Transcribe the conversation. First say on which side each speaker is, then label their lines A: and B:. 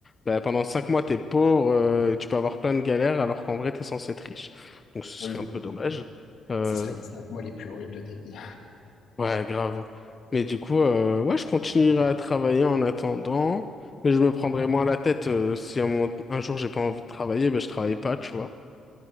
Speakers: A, on the left; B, on the left.
A: bah, pendant cinq mois t'es pauvre euh, et tu peux avoir plein de galères alors qu'en vrai t'es censé être riche. Donc ce serait
B: oui,
A: un peu dommage. Euh,
B: ce sera les cinq mois les plus horribles de ta vie.
A: Ouais, grave. Mais du coup, euh, ouais, je continuerai à travailler en attendant, mais je me prendrai moins la tête euh, si un, moment- un jour j'ai pas envie de travailler, ben je travaille pas, tu vois.